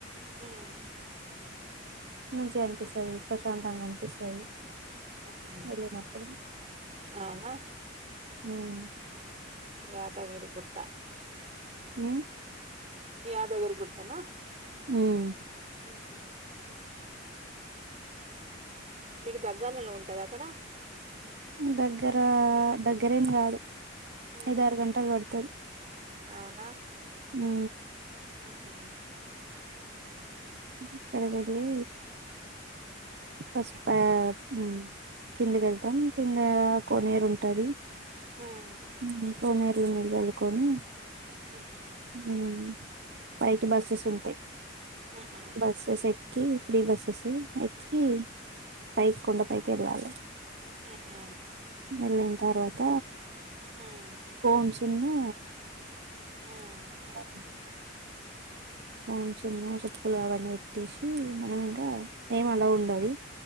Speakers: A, on the right; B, on the right.
A: ఉమ్
B: మంచిగా అనిపిస్తది ప్రశాంతంగా అనిపిస్తది
A: ఉహు
B: వెళ్ళినప్పుడు
A: అవునా
B: ఉమ్
A: యాదగిరి గుట్ట
B: ఉమ్
A: యాదగిరి గుట్టనా
B: ఉమ్
A: ఉహు మీకు దగ్గర్ నలో ఉంటద అక్కడ
B: దగ్గర దగ్గరేం కాదు
A: ఉమ్
B: ఐద ఆరు గంటలు పడుతది
A: అవునా
B: ఉ
A: ఉహు
B: అక్కడికెళ్లి ఫస్ట్ ప ఉమ్ కిందకి వెళ్తాం కింద కోనేరు ఉంటది
A: ఉమ్
B: ఇం కోనేీరులో నీళ్ళు జల్లు కొని
A: ఉహు
B: ఉమ్ పైకి బస్సెస్ ఉంటాయి
A: హుహు.
B: బసెస్ ఎక్కి ఫ్రీ బసెస్ ఎక్కి కి పైకి కొండ పైకి ఎళ్లాలే
A: ఉ హా
B: వెళ్ళిన తర్వాత
A: హ్మ్.
B: ఫోన్స్ను
A: హ్మ్.
B: ఓ ఫోన్సున్ను చెప్పులు అవన్నీ పెట్టేసి మనం ఇంకా ఏం అలో ఉండది